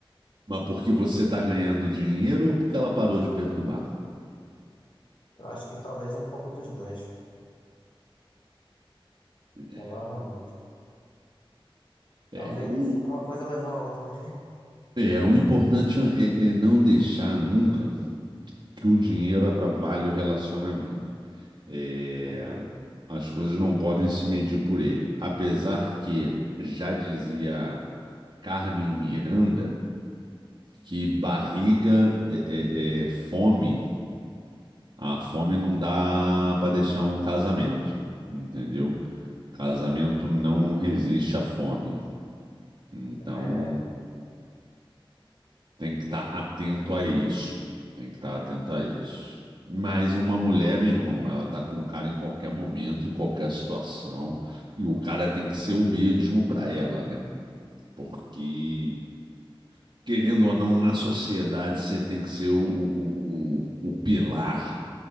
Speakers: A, on the right (about 50°); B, on the left (about 55°).
A: Mas porque você tá ganhando dinheiro ou porque ela parou de perturbar?
B: Eu acho que talvez um pouco dos dois,
A: É,
B: provavelmente. Talvez
A: é, o,
B: uma coisa levou a outra, né?
A: é, é, o importante é, é não deixar nunca que o dinheiro atrapalhe o relacionamento. É,
B: É verdade,
A: as coisas não podem se medir por ele. Apesar que já dizia Carmen Miranda que barriga é, é- é fome. A fome não dá para deixar um casamento, entendeu? Casamento não resiste à fome. Então
B: é verdade.
A: Tem que estar atento a isso. Tem que estar atento a isso. Mas uma mulher, meu irmão, ela tá com um cara em qualquer momento, em qualquer situação, e o cara tem que ser o mesmo pra ela, né? Porque, querendo ou não, na sociedade você tem que ser o, o, o, o pilar.